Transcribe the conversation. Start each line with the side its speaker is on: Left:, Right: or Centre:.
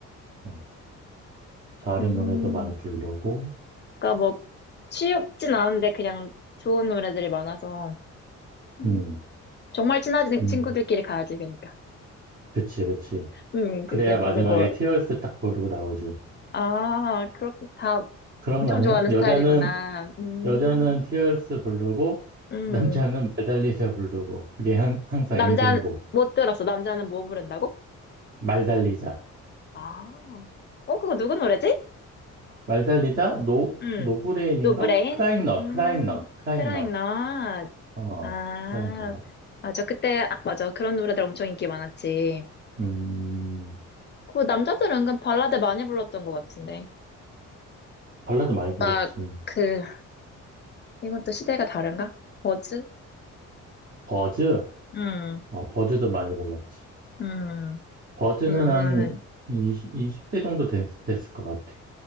Right: 어, 자우림
Left: 음.
Right: 노래도 많이 부르고,
Left: 그러니까 뭐 취업진 않은데 그냥 좋은 노래들이 많아서 음,
Right: 음,
Left: 정말 친한 친-
Right: 음,
Left: 친구들끼리 가야지 그러니까.
Right: 그치, 그치.
Left: 음, 그렇게
Right: 그래야
Left: 부르고
Right: 마지막에 티얼스 딱 부르고 나오지.
Left: 아, 그렇 다
Right: 그런
Left: 엄청
Right: 거 아니야?
Left: 좋아하는
Right: 여자는
Left: 스타일이구나. 음.
Right: 여자는 티얼스 부르고
Left: 음.
Right: 남자는 말 달리자 부르고 그게 한, 항상
Left: 남자
Right: 엔딩곡
Left: 못 들었어. 남자는 뭐 부른다고?
Right: 말 달리자
Left: 아. 어, 그거 누구 노래지?
Right: 말 달리자 노
Left: 음.
Right: 노브레인인가
Left: 노브레인?
Right: 크라잉넛
Left: 음.
Right: 크라잉넛 크라잉넛
Left: 크라잉 넛.
Right: 어
Left: 아.
Right: 크라잉넛
Left: 맞아. 그때 아, 맞아. 그런 노래들 엄청 인기 많았지.
Right: 음아
Left: 그 남자들은 은근 발라드 많이 불렀던 것 같은데.
Right: 발라드 많이
Left: 막,
Right: 불렀지
Left: 그, 이건 또 시대가 다른가? 버즈?
Right: 버즈
Left: 음,
Right: 어 버즈도 많이 불렀지
Left: 음,
Right: 버즈는
Left: 이거는,
Right: 한 20, 2대 정도 됐, 됐을 것 같아